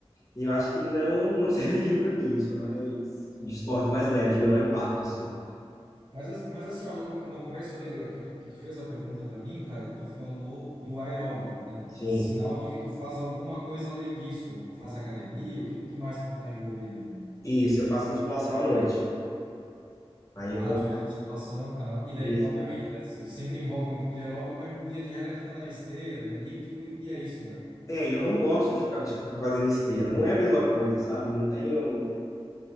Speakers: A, on the left; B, on the right.
A: e eu acho que não não <laughs> serviria para mim, isso é mais de esporte mais leve, de menor impacto, assim.
B: Mas, as- mas assim, ó, no, com- no começo ali do- que tu, que tu fez a pergunta para mim, cara, tu falou do aeróbico, né?
A: Sim,
B: Sinal de que tu faz alguma coisa além disso. Ou Faz academia, o que, o que mais que tu tá envolvido aí?
A: isso, eu faço musculação à noite, aí
B: Ah,
A: eu vou...
B: tu faz musculação, aham. E daí,
A: Isso.
B: obviamente, né, se- sempre envolve um pouco de aeróbico, mas via de regra fica na esteira, no elíptico, e, e é isso, né?
A: É, e eu não gosto de ficar, de ficar fazendo esteira, não é a mesma coisa, sabe? Não tenho